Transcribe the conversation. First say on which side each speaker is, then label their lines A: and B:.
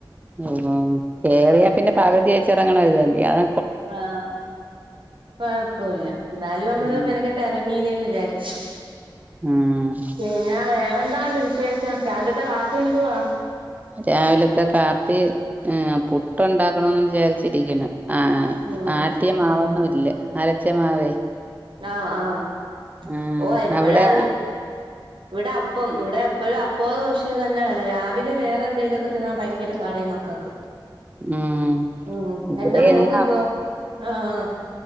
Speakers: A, on the right (about 20°); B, on the right (about 75°).
A: ഉ കേറിയാ പിന്നെ പകുതി വെച്ചിറങ്ങണ ഒരുതണ്ട അത
B: ആഹ് കൊഴപ്പല്ല എന്താലും നമ്മള്
A: ഉം
B: മെനക്കെ ട്ട് ഇറങ്ങീല്ലേന്ന് വിചാരിച്ചു
A: ഉം
B: പിന്നെ വേറെന്താണ്ട് വിശേഷം രാവി ല ത്തെ കാപ്പി എന്തുവാ
A: രാവിലത്തെ കാപ്പി പുട്ടുണ്ടാക്കണന്ന് വിചാരിച്ചിരിക്കണ് ആഹ്
B: ഉം
A: ആട്ടിയ മാവൊന്നും ഇല്ല അരച്ച മാവേ.
B: ആഹ് ആഹ്
A: ആഹ്
B: ഓ എപ്പോഴ
A: അവിടെ
B: ആ ഇവിടെ അപ്പം ഇവിടെ എപ്പോഴും അപ്പോ ദോശയും തന്നെ വേണം രാവിലെ വേറെ എന്തേലുമൊക്കെ തിന്നാൻ ഭയങ്കര പാട ഈ മക്കക്ക്
A: ഉം
B: ഉം
A: ഇവിടെ
B: എന്താ മോക്ക്
A: എന്നാ
B: ക്കോ ആഹ്